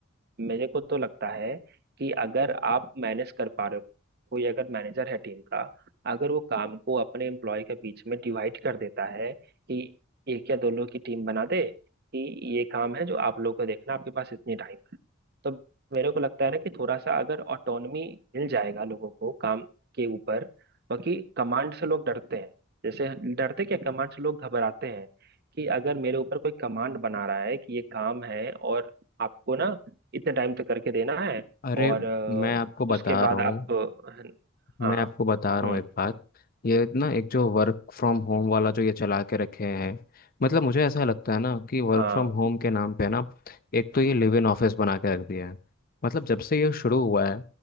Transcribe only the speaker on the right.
मेरे को तो लगता है कि अगर आप मैनेज कर पा रहे हो कोई अगर मैनेजर है टीम का अगर वो काम को अपने एम्प्लॉय के बीच में डिवाइड कर देता है कि एक या दो लोग की टीम बना दे कि ये काम है जो आप लोगों को देखना आपके पास इतनी टाइम है तो मेरे को लगता है ना कि थोड़ा सा अगर ऑटोनमी मिल जाएगा लोगों को काम के ऊपर बाकी कमांड से लोग डरते हैं जैसे डरते क्या कमांड से लोग घबराते हैं कि अगर मेरे ऊपर कोई कमांड बना रहा है कि ये काम है और आपको ना इतने टाइम तक करके देना है
और अ,
उसके
बाद
आप अ,
हाँ
हम्म
हाँ